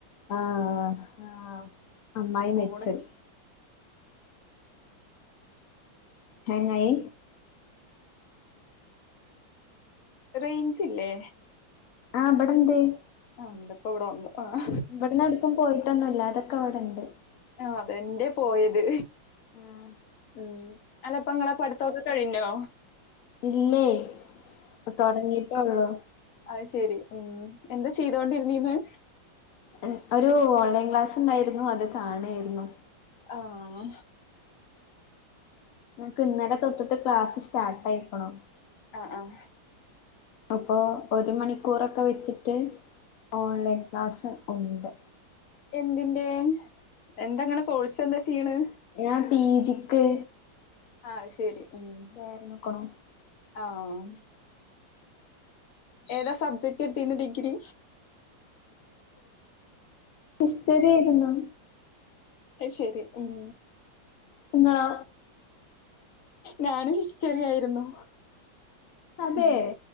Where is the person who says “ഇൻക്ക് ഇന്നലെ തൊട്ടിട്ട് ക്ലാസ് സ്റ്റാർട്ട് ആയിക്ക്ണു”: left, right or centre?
Left